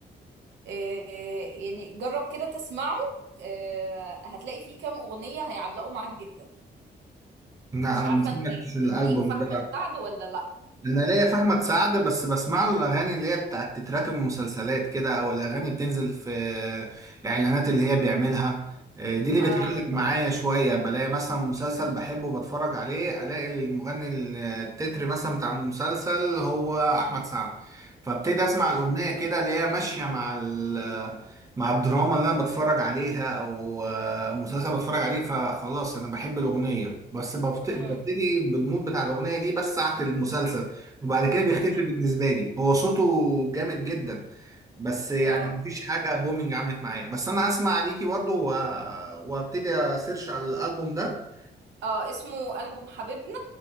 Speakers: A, on the right; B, on the right.
A: آه، آه، يعني جرب كده تسمعه آه، هتلاقي فيه كام اغنية هيعلقوا معاك جدا
B: لا
A: مش
B: انا
A: عارفة
B: ما سمعتش
A: انت
B: الالبوم
A: ليك في احمد
B: ده
A: سعد ولا لا
B: انا ليا في احمد سعد بس بسمع له الاغاني اللي هي بتاعت تترات المسلسلات كده او الاغاني بتنزل في الاعلانات اللي هي بيعملها آه، دي اللي
A: اه
B: بتعلق معايا شويه بلاقي مثلا مسلسل بحبه وبتفرج عليه الاقي المغني التتر مثلا بتاع المسلسل هو احمد سعد فابتدي اسمع
A: امم
B: الاغنيه كده اللي هي ماشيه مع ال مع الدراما اللي انا بتفرج عليها او آه، مسلسل بتفرج عليه فخلاص انا بحب الاغنيه بس بفت-
A: امم
B: ببتدي بالمود بتاع الاغنيه دي بس ساعه المسلسل وبعد كده بيختفي
A: <laughs>
B: بالنسبه لي هو صوته جامد جدا بس يعني
A: اه
B: مفيش حاجه بومينج عملت معايا بس انا اسمع عليكي برضو و... وابتدي اسيرش على الالبوم ده
A: اه اسمه ألبوم حبيبنا